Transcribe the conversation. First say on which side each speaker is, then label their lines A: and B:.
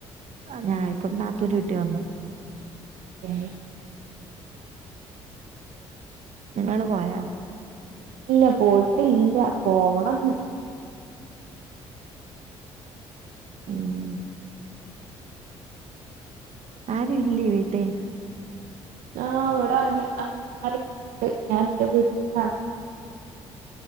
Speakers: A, on the right; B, on the right.
A: ഞാൻ ഇപ്പം നാത്തൂന്റെ വീട്ടിൽ വന്ന്.
B: <unintelligible>
A: നിങ്ങള് പോയാ?
B: ഇല്ല പോയിട്ടില്ല പോവണം ന്നിണ്ട്.
A: ഉം ആരും ഇല്ലേ വീട്ടി
B: ആഹ് അവിടെ അല്ല അനിയന്മാരൊക്കെ ഉണ്ട് ഞാൻ ഇന്റെ വീട്ടിലാണ്.